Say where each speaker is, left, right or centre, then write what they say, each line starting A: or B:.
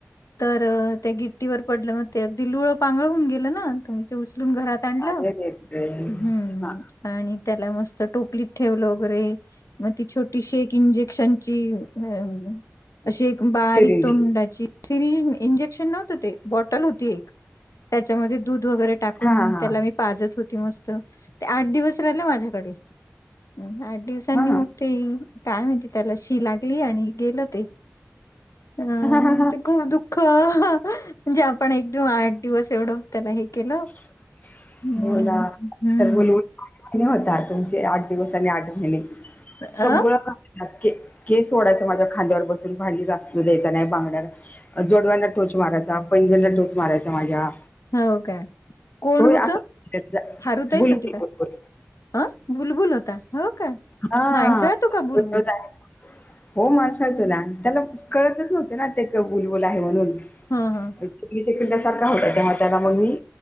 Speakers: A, on the left (about 75°); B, on the left (about 30°).
A: तर त्या गिट्टीवर पडलं मग ते अगदी लुळं पांगळ होऊन गेलं ना तर मी ते उचलून घरात आणलं
B: अरे रे रे
A: हम्म
B: हा
A: आणि त्याला मस्त टोपलीत ठेवलं. बरे मग ती छोटीशी एक इंजेक्शनची <unintelligible> अशी एक बारीक
B: सिरिंज
A: तोंडाची सिरी इंजेक्शन नव्हतं ते बॉटल होती एक त्याच्यामध्ये दूध वगैरे टाकून
B: हा हा
A: त्याला मी पाजत होती मस्त. ते आठ दिवस राहिल माझ्याकडे अम आठ दिवसांनी
B: हा
A: मग ते काय माहिती त्याला श ती लागली आणि गेलं ते. अ
B: हा हा हा.
A: ते खूप दुःख म्हणजे आपण एकदम आठ दिवस एवढं त्यांला हे केलं
B: <inaudible>
A: हम्म
B: हो ना
A: हम्म
B: <unintelligible> होता तुमचे आठ दिवस आणि आठ महिने
A: अ
B: सगळं का के केस ओढायचा माझ्या खांद्यावर बसून भांडी घासू द्यायचा नाही बांगड्या जोडव्यांना टोच मारायचा, पैजण ला टोच मारायचा माझ्या
A: हो का कोण
B: तो
A: होत?
B: असा
A: खारुताईच
B: बुलबुल
A: होती का?
B: बुलबुल
A: अ बुलबुल होता. हो का
B: हा
A: माणसाळतो का बुलबुल?
B: वेगळंच आहे. हो माणसाळतो ना. त्याला कळतच नव्हते ना ते एक बुलबुल आहे म्हणून
A: हा हा.
B: अक्चुली एक पिल्ला सारखा होता तेव्हा त्याला मग मी